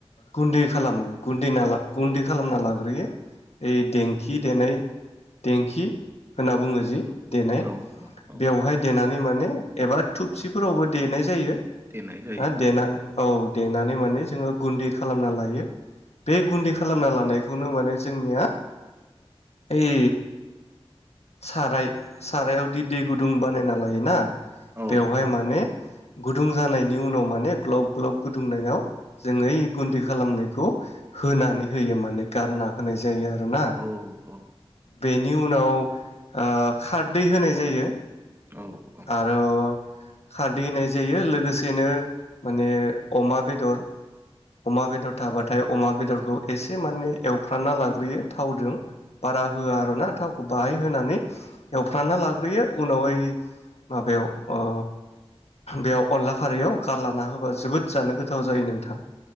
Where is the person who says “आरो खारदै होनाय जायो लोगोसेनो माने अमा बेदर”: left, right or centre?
Left